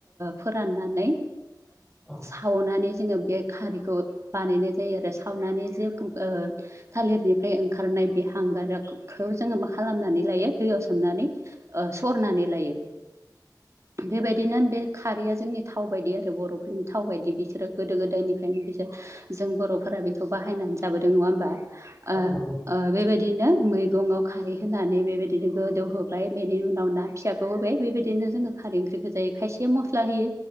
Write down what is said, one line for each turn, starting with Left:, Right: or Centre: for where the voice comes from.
Right: फोराननानै
Centre: औ
Right: सावनानै जोङो बे खारैखौ बानायनाय जायो आरो सावनानै जे थालिरनिफ्राय ओंखारनाय बे हांगारखौ जोङो मा खालामनानै लायो दैयाव सोमनानै सरनानै लायो बेबायदिनो बे खारैया जोंनि थाव बायदि आरो बर'फोरनि थाव बायदि बिसोरो गोदो गोदायनिफ्रायनो बिसोर जों बर'फोरा बेखौ बाहायनानै जाबोदों नङा होमबा
Centre: औ
Right: ओ
Centre: नंगौ
Right: ओ बेबायदिनो मै गङाव खारै होनानै बेबायदिनो गोदौहोबाय बेनि उनाव ना फिसाखौ होबाय बेबायदिनो जोङो खारै ओंख्रिखौ जायो खायसे मस्लाहोयो